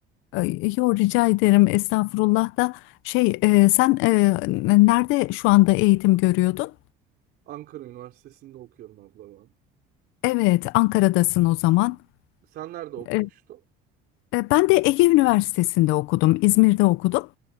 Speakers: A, on the left; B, on the right.
A: e, yo rica ederim estağfurullah da şey e,
B: Hı.
A: sen e, nerede şu anda eğitim görüyordun?
B: Ankara Üniversitesi'nde okuyorum abla ben.
A: Evet, Ankara'dasın o zaman.
B: Hı. Sen nerede okumuştun?
A: E, e, ben de Ege Üniversitesi'nde okudum, İzmir'de okudum.